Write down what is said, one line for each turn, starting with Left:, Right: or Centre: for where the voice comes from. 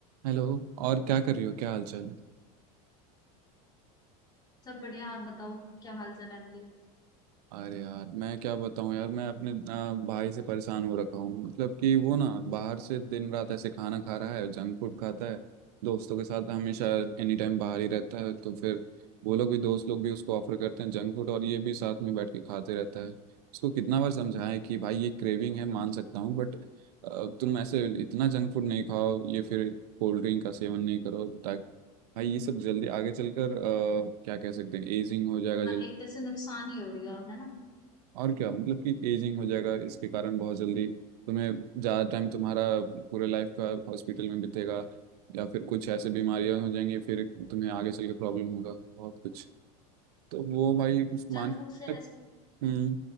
Right: Hello और क्या कर रही हो क्या हाल चाल
Left: सब बढ़िया आप बताओ क्या हाल चाल है आपके हाँ
Right: अरे यार मैं क्या बताऊं यार मैं अपने आ, भाई से परेशान हो रखा हूँ मतलब कि वो ना बाहर से दिन रात ऐसे खाना खा रहा है जंक फूड खाता है दोस्तों के साथ हमेशा एनी टाइम बाहर ही रहता है तो फिर वो लोग भी दोस्त लोग भी उसको ऑफर करते हैं जंक फूड और ये भी साथ में बैठ के खाते रहता है उसको कितना बार समझाएं कि भाई ये क्रेविंग है मान सकता हूँ बट तुम ऐसे इतना जंक फूड नहीं खाओ ये फिर कोल्ड ड्रिंक का सेवन नहीं करो ताकि भाई ये सब जल्दी आगे चलकर अ, क्या कह सकते हैं एजिंग हो जाएगा
Left: एक तरह से नुकसान ही हो गया है ना
Right: और क्या मतलब कि एजिंग हो जाएगा इसके कारण बहुत जल्दी तुम्हें ज़्यादा टाइम तुम्हारा पूरे लाइफ का हॉस्पिटल में बीतेगा या फिर कुछ ऐसे बीमारियां हो जाएंगी फिर तुम्हें आगे चल के प्रॉब्लम होगा बहुत कुछ तो वो भाई कुछ
Left: जंक
Right: मान
Left: फूड से ऐसा
Right: हम्म